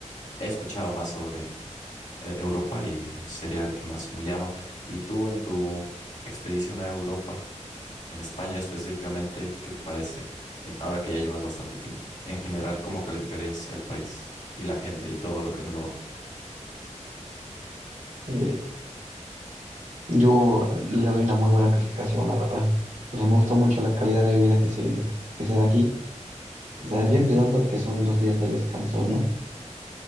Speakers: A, on the left; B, on the right.
A: he escuchado más sobre eh, Europa y sería el que más me llama. ¿Y tú en tu expedición a Europa, en España específicamente, qué te parece? Eh, Ahora que ya llevas bastante tiempo. En general, ¿cómo calificarías el país y la gente y todo lo que engloba?
B: eh, yo le doy una muy buena calificación, la verdad. O sea, me gustó mucho la calidad de vida que se, que se da aquí. O sea, ya empezando que son dos días de descanso, ¿no?